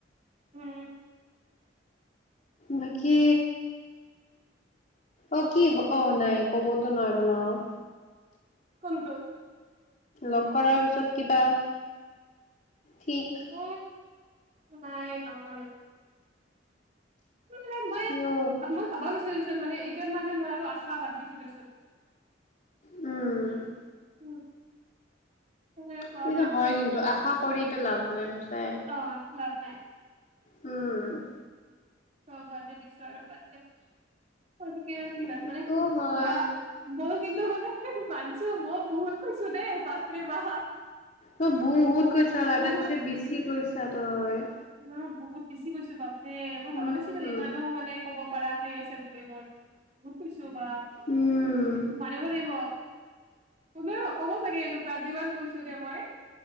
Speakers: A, on the right (about 40°); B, on the left (about 40°).
A: উম।
B: বাকী অ', কি অ', নাই ক'বতো নোৱাৰো ন'।
A: কোনটো?
B: ল'গ কৰাৰ পিছত কিবা ঠিক
A: উ, নাই নহ'ল। সেইবিলাক মই
B: কিয়
A: মই ভাবাও নাছিলো দেচোন মানে এতিয়া মানে মই আৰু আশা বাদ দিছো দেচোন।
B: উম।
A: উম, <unintelligible>
B: সেইটো হয়
A: জাষ্ট
B: কিন্তু আশা কৰিটো লাভ নাই সচাই।
A: অ লাভ নাই।
B: উম।
A: থ বাদে দিছোঁ আৰু বাদ দে কৈ থাকিলে নো কি
B: সেইটো
A: লাভ <unintelligible>
B: হয়
A: মই কিন্তু মানে মানছো মই বহুত কৈছো দেই বাপৰে বাপ।
B: তই বহুত কৰিছা লাগাতছে
A: বহুত
B: বেছি কৈছা তই।
A: অ', বহুত বেছি গৈছো বাপেৰে মই ভাবা
B: উম
A: নাছিলো ইমানো মানে ক'ব পাৰা সেই আছে বুলি মোৰ। বহুত কৈছোঁ বা
B: উম
A: মানিব লাগিব। কোনেও নক'ব চাগে এনেকুৱা যিমান কৈছো দে মই।